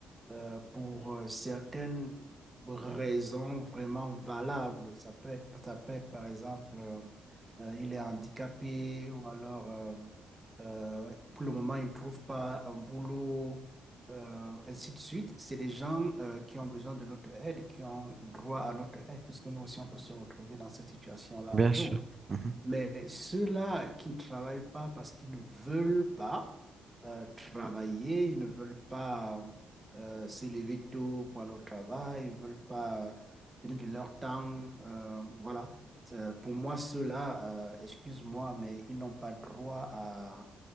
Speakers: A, on the right; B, on the right.
A: euh, pour euh, certaines raisons vraiment valables. Ça peut être, ça peut être par exemple, euh, euh, il est handicapé ou alors euh, euh, pour le moment il ne trouve pas un boulot, euh, ainsi de suite. C'est des gens euh, qui ont besoin de notre aide et qui ont droit à notre aide puisque nous aussi on peut se retrouver dans cette situation-là
B: Bien
A: un jour.
B: sûr. Mhm.
A: Mais ceux-là qui ne travaillent pas parce qu'ils ne veulent pas euh, travailler, ils ne veulent pas euh, se lever tôt pour aller au travail, ils ne veulent pas donner de leur temps, euh, voilà. C'est- Pour moi, ceux-là, euh, excuse-moi, mais ils n'ont pas droit à,